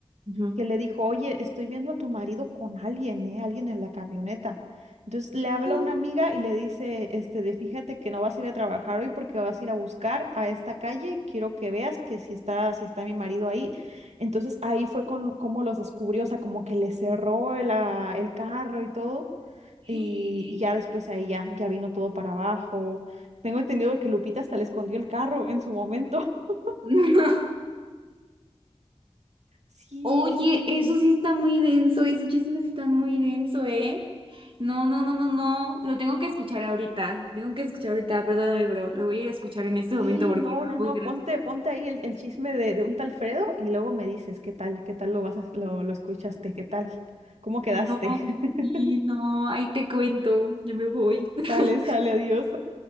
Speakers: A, on the right; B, on the right.
A: Ujú.
B: que le dijo, oye, estoy viendo a tu marido con alguien, ¿eh? Alguien en la camioneta. Entonces le habla
A: <gasps>
B: una amiga y le dice, este, de fíjate que no vas a ir a trabajar hoy porque vas a ir a buscar a esta calle, quiero que veas que si está, si está mi marido ahí. Entonces ahí fue con, como los descubrió, o sea, como que le cerró el, ah, el carro y todo,
A: Ah.
B: y, y ya después ahí ya, ya vino todo para abajo. Tengo entendido que Lupita hasta le escondió el carro en su momento. <laughs>
A: <laughs> No,
B: Sí,
A: Oye,
B: sí,
A: eso
B: sí.
A: sí está muy denso, ese chisme sí está muy denso, ¿eh? No, no, no, no, no, lo tengo que escuchar ahorita, lo tengo que escuchar ahorita, perdóname, bro, lo voy a ir a escuchar en este
B: Sí,
A: momento porque
B: no,
A: no me
B: no,
A: puedo
B: no,
A: quedar
B: ponte,
A: así.
B: ponte ahí el, el chisme de, de un tal Fredo y luego me dices qué tal, qué tal lo vas a- lo, lo escuchaste, qué tal, cómo quedaste.
A: No,
B: <laughs>
A: sí, no, ahí te cuento, ya me voy. <laughs>
B: Sale, sale, adiós.